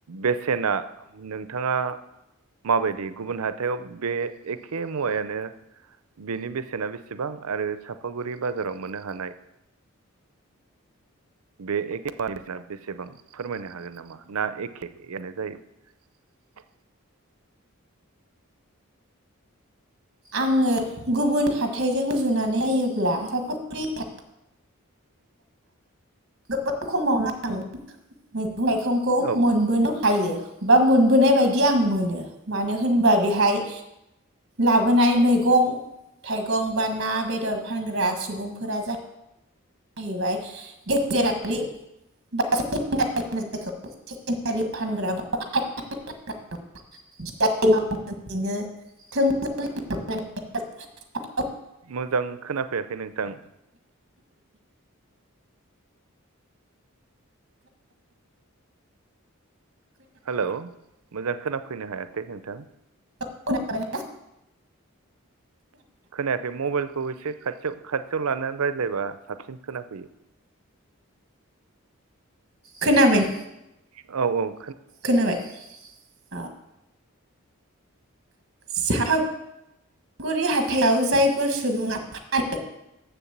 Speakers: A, on the right; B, on the right.
A: बेसेना नोंथाङा माबायदि गुबुन हाथाइाव बे एखे मुवायानो बेनि बेसेना बेसेबां आरो साफागुरि बाजाराव मोननो हानाय बे एखे <unintelligible> ना बेसेबां फोरमायनो हागोन नामा? ना एखेआनो जायो।
B: आङो गुबुन हाथाइजों रुजुनानै नायोब्ला साफागुरि हा गोबां खमावनो आं मो माइखंखौ
A: औ
B: मोनबोनो हायो बा मोनबोनाय बायदि आं मोनो मानो होनबा बेहाय लाबोनाय मैगं थाइगं बा ना, बेदर फानग्रा सुबुंफोरा जा जाहैबाय गेजेरारि <unintelligible> फानग्रा <unintelligible>
A: मोजां खोनाफैयाखै। नोंथां हेलौ मोजां खोनाफैनो हायाखै नोंथां
B: खोनाबाय
A: खोनायाखै मबाइलखौ एसे खाथियाव-खाथियाव लानानै रायज्लायबा साबसिन खोनाफैयो।
B: खोनाबाय?
A: औ औ।
B: खोनाबाय औ। साफागुरि हाथायाव जायफोर सुबुङा फानो